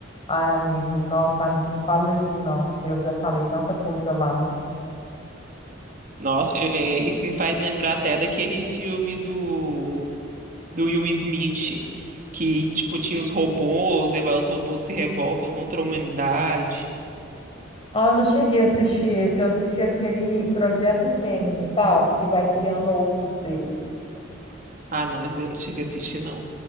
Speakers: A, on the left; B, on the right.
A: Ai, amigo, nossa, amigo, não fala isso não, porque eu já falei tanta coisa lá.
B: Nossa, é- é, isso me faz lembrar até daquele filme do, do Will Smith, que, tipo, tinha os robôs, e vai, os robôs se revoltam contra a humanidade.
A: Ah, eu não cheguei a assistir esse, eu assisti aquele Projeto Gemini, sabe? Que vai criando outros dele.
B: Ah, não, esse daí eu não cheguei a assistir, não.